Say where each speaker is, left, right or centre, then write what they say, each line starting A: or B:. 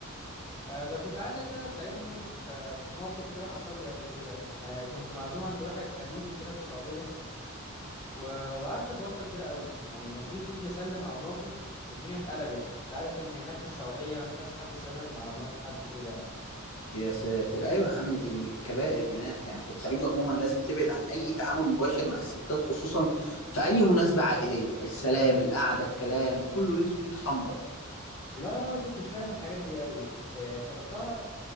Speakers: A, on the left; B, on the left.
A: آه، طب كنت عايزك كده تساعدني في آه، في موقف كده حصل لي قبل كده آه، كنت معزوم عند واحد خليجي كده في السعودية ووقعت في غلطه كبيره قوي يعني مديت ايدي اسلم على مراته والدنيا اتقلبت انت عارف ان هناك في السعوديه ما ينفعش حد يسلم على مرات حد كده يعني
B: يا ساتر أيوة يا عم دي من الكبائر هناك يعني في الخليج عموما لازم تبعد عن أي تعامل مباشر مع الستات خصوصا في أي مناسبة عائلية السلام القعدة الكلام كله ليه خطوط حمراء
A: والله وانا ما كنتش فاهم الحاجات دي قوي بس يعني افتكرتها